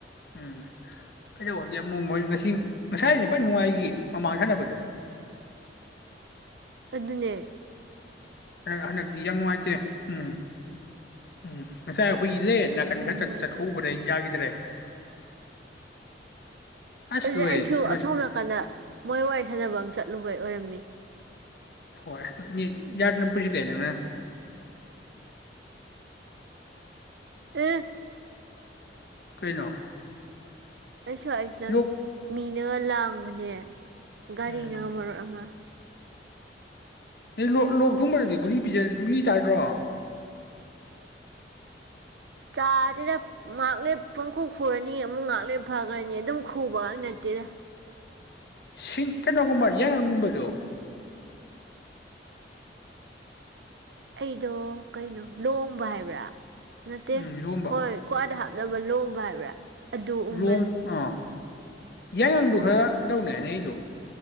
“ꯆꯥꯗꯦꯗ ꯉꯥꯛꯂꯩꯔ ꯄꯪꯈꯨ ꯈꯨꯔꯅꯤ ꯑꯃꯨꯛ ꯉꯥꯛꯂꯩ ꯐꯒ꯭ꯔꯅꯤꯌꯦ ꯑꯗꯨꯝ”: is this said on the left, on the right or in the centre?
Right